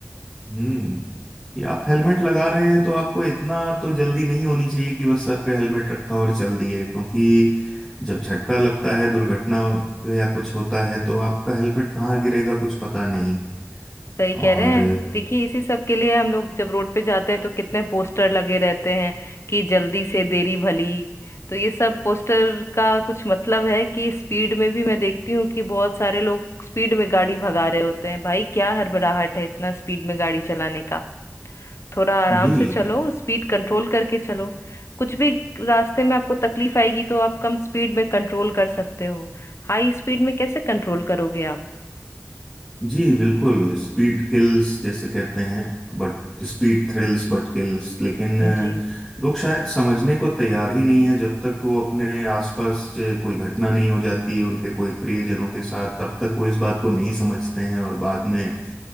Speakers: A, in the centre; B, on the left.
A: हम्म कि आप हेलमेट लगा रहे हैं तो आपको इतना तो जल्दी नहीं होनी चाहिए कि बस सर पे हेलमेट रखा और चल दिए क्योंकि जब झटका लगता है दुर्घटना या कुछ होता है तो आपका हेलमेट कहाँ गिरेगा कुछ पता नहीं
B: सही कह
A: और
B: रहे हैं देखिए इसी सब के लिए हम लोग जब रोड पे जाते हैं तो कितने पोस्टर लगे रहते हैं कि जल्दी से देरी भली तो ये सब पोस्टर का कुछ मतलब है कि स्पीड में भी मैं देखती हूँ कि बहुत सारे लोग स्पीड में गाड़ी भगा रहे होते हैं भाई क्या हड़बड़ाहट है इतना स्पीड में गाड़ी चलाने का थोड़ा आराम
A: जी
B: से चलो स्पीड कंट्रोल करके चलो कुछ भी रास्ते में आपको तकलीफ आएगी तो आप कम स्पीड में कंट्रोल कर सकते हो हाई स्पीड में कैसे कंट्रोल करोगे आप
A: जी बिल्कुल स्पीड किल्स जैसे कहते हैं but speed thrills but kills लेकिन अ,
B: जी
A: लोग शायद समझने को तैयार ही नहीं है जब तक वो अपने आसपास अ, कोई घटना नहीं हो जाती है उनके कोई प्रियजनों के साथ तब तक वो इस बात को नहीं समझते हैं और बाद में